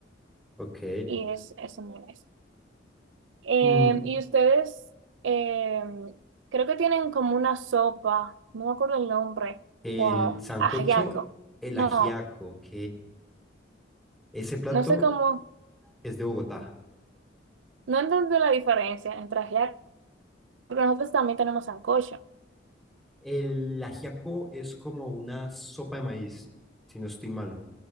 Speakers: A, in the centre; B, on the right (about 80°).
A: Ok.
B: y es, es muy nice. Eh,
A: Mm,
B: y ustedes, eh, creo que tienen como una sopa, no me acuerdo el nombre,
A: El
B: wow,
A: sancocho,
B: ajiaco.
A: el
B: No,
A: ajiaco, ok. Ese plato
B: no sé cómo,
A: es de Bogotá.
B: no entiendo la diferencia entre ajiaco, porque nosotros también tenemos sancocho.
A: El ajiaco es como una sopa de maíz, si no estoy mal.